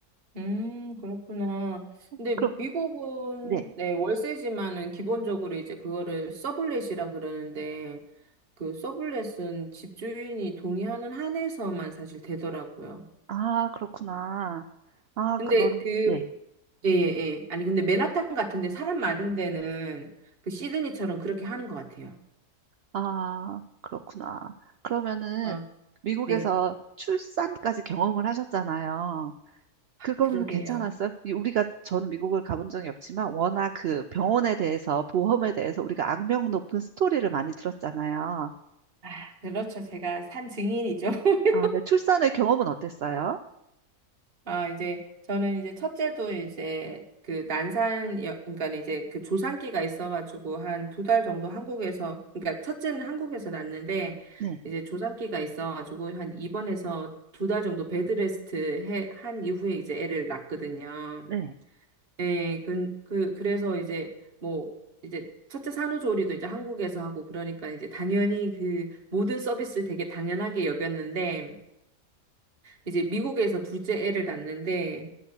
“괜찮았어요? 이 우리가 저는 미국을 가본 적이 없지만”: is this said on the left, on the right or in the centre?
Right